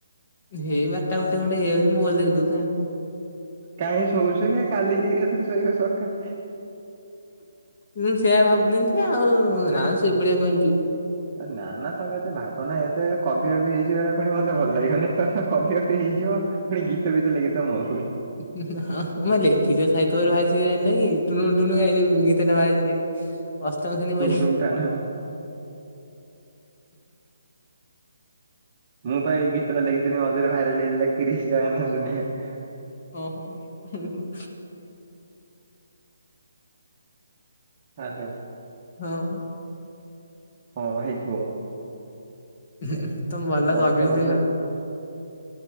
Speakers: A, on the left; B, on the right.
A: ହେଇ ବରଟା ଗୋଟେ ଖଣ୍ଡେ ହେଇ ଯାଉଚି ମୋବାଇଲ ଦେଖୁ ଦେଖୁଁ।
B: କାଇଁ ଶୋଉଚୁ କି କାଲିିକି ଏକା ଥରେ ଶୋଇବୁ ସକା
A: ଉଁ ସେଇଆ ଭାବୁଥୁନି ଯେ ଆଉ ନାଁ ଶୋଇ ପଡ଼ିଆ କହିନି ଟି
B: ଏ ନାଁ ନାଁ ତମେ ଏତେ ଭାବନା ଏତେ। କବି ଅବି ହେଇ ଯିବ ଏରା ଫୁଣି ମତେ ଭଲ ଲାଗିବନି ତମେ କବି ଅବି ହେଇଯିବ। ପୁଣି ଗୀତ ଫୀତ ଲେଖିଦବ
A: ମୁଁ ପା ଲେଖିଛ ସାହିତ୍ୟରେ ବାହାରିଚି ଜାଣିନ କି ଟୁଣୁ ଟୁଣୁ ଏଇ ଯୋଉ ଗୀତ ଟା ବାହାରିଚି। ଅଷ୍ଟମ ଶ୍ରେଣୀ
B: ଟୁମ୍
A: ବହି
B: ଟୁମ୍ ଟାଣ ମୁଁ ପା ଏଇ ଗୀତ ଟା ଲେଖିଥିନି ମଝିରେ ଭାଇରାଲ ହେଇଥିଲା କ୍ରିସ କା ଗାନା ସୁନେଗା।
A: ଓହୋ ହୁଁ
B: ହାଲୋ।
A: ହଁ।
B: ହଁ ଭାଇ କୁହ।
A: <unintelligible>
B: ଏ
A: ତମେ
B: ବର୍ଷା
A: କହିଲ
B: ବର୍ଷା
A: ଯେମିତି